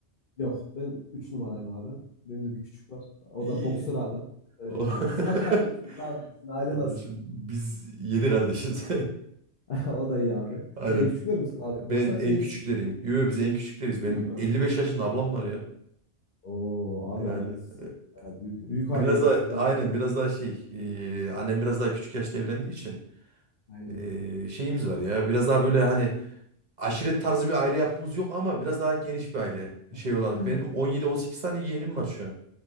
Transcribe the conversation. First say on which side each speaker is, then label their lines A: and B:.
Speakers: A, on the left; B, on the right.
A: yok ben üç numarayım abi. Benim de bir küçük var. O
B: İyi.
A: da boksör abi. Öyle
B: O-
A: diyeyim
B: <laughs>
A: yani. Siz kaç kardeşsiniz abi? Sizin aile
B: Kardeşim
A: nasıl?
B: biz yedi kardeşiz.
A: <laughs> O da iyi abi.
B: <laughs> Aynen.
A: Sen en küçükler misin abi?
B: Ben
A: Yoksa
B: en
A: değilsin.
B: küçükleriyim. Yo, biz en küçükleriz. Benim
A: Ne diyorsun?
B: 55 yaşında ablam
A: Ha,
B: var ya.
A: Oo
B: Yani
A: abi aynen siz
B: e,
A: yani büyük
B: biraz
A: büyük aileymişsiniz
B: da aynen
A: harbiden.
B: biraz daha şey e, annem biraz daha küçük yaşta evlendiği için
A: Aynen.
B: e, şeyimiz var ya. Biraz daha böyle hani aşiret tarzı bir aile yapımız yok ama biraz daha geniş bir aile şey
A: <laughs>
B: olarak. Benim 17-18 tane yeğenim var şu an.